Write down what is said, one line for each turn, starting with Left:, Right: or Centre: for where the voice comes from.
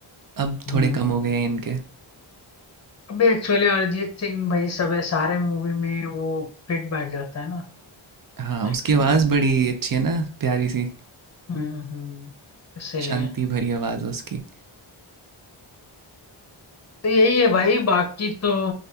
Right: अब
Left: हम्म
Right: थोड़े कम
Left: हम्म।
Right: हो गए हैं इनके
Left: अबे एक्चुअली अरिजीत सिंह भाई सब सारे मूवी में वो फिट बैठ जाता है ना
Right: हाँ
Left: लाइक
Right: उसकी आवाज़ बड़ी अच्छी है ना प्यारी सी
Left: हम्म हम्म इसीलिए
Right: शांति भरी आवाज़ है उसकी
Left: तो यही है भाई बाकी तो